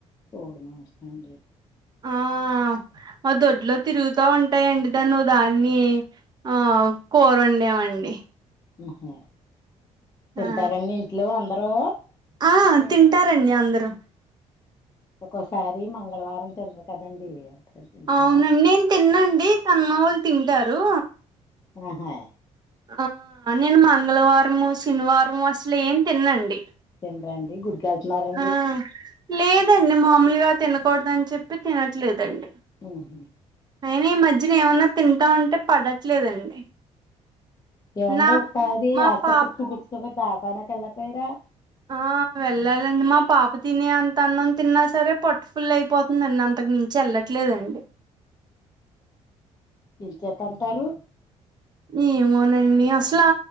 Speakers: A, on the left (about 30°); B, on the right (about 35°).
A: కోడి మాంసం అండి
B: ఆ మా దొడ్లో తిరుగుతా ఉంటాయండి దాన్ని ఓ దాన్ని ఆ కూరొండమండి
A: ఆహా తింటారా
B: ఆ
A: మీ ఇంట్లో అందరూ
B: ఆ తింటారండి అందరూ
A: ఒక్కోసారి మంగళవారం తినరు కదండి తింటారా
B: అవునండి నేను తిన్నాండి కాని మావొళ్ళు తింటారు
A: ఆహా
B: ఆ నేను మంగళవారము శనివారము అసలు ఏం తిన్నండి
A: తిన్రాండి గుడి కాల్చినారా
B: ఆ లేదండి మామూలుగా తినకూడదని చెప్పి తినట్లేదండి
A: మ్ హు
B: అయినా ఈ మధ్యన ఏమన్నా తింటా ఉంటే పడట్లేదండి
A: ఎండి
B: నా
A: ఒక పది
B: మా
A: ఆసుపత్రికి
B: పాప
A: చూపించప దౌఖాన్ ఎల్లకు పేరా
B: ఆ వెళ్ళాలండి మా పాప తినే అంత అన్నం తిన్నా సరే పొట్టు ఫుల్ అయిపోతుందిండి అంతకు మించి చెళ్లట్లేదండి
A: ఏం చేత అంటారు
B: ఏమోనండి అసలా